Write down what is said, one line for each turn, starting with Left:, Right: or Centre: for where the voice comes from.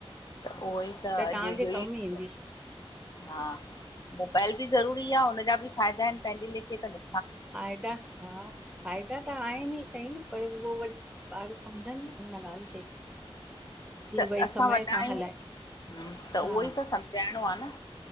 Left: उहोई त अॼु
Centre: तव्हांजे
Left: ईहोई
Centre: कमु
Left: थींदो
Centre: ईंदी
Left: आ। हा मोबाइल बि ज़रूरी आ उन जा बि फ़ाइदा आहिनि पंहिंजे लेखे त नु
Centre: फायदा हा फ़ाइदा त आहिनि ई सही न पर उहो वरी ॿार सम्झनि न हुन ॻाल्हि खे।
Left: <inaudible>
Centre: की
Left: त
Centre: भई
Left: असां
Centre: समय
Left: वॾा
Centre: सां
Left: आहियूं,
Centre: हलाए
Left: त
Centre: हा
Left: उहोई त सम्झाइणों आ न।